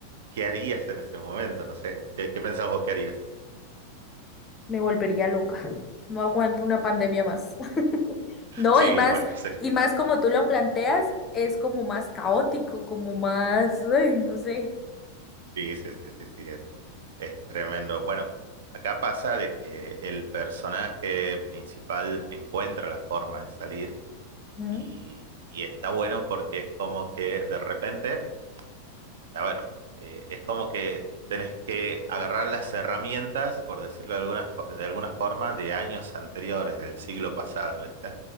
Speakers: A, on the right; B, on the left.
A: qué harías en ese momento, no sé, ¿qué, qué pensás vos que harías?
B: Me volvería loca. No aguanto una pandemia más. <laughs> No,
A: Sí,
B: y más,
A: bueno, <laughs> sí.
B: y más como tú lo planteas, es como más caótico, como más, ay, no sé.
A: Sí, sí, sí, sí, sí, es, es tremendo. Bueno, acá pasa de que el personaje principal encuentra la forma de salir
B: Ujú,
A: y, y está bueno porque es como que de repente, a ver, eh, es como que tenés que agarrar las herramientas, por decirlo de alguna, fo- de alguna forma, de años anteriores, del siglo pasado, ¿viste?